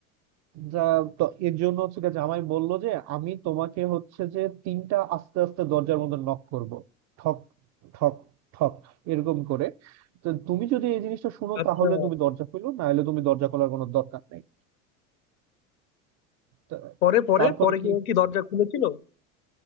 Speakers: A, on the right; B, on the left.
A: যা তো এর জন্য হচ্ছে কি জামাই বললো যে আমি তোমাকে হচ্ছে যে তিনটা আস্তে আস্তে দরজার মধ্যে নক করব ঠক ঠক ঠক এরকম করে তো তুমি যদি এই জিনিসটা শুনো
B: আচ্ছা
A: তাহলে তুমি দরজা খুলো না হলে তুমি দরজা খোলার কোনো দরকার নেই তো
B: পরে পরে
A: তারপরে
B: পরে
A: কি
B: কি ও কি দরজা খুলেছিল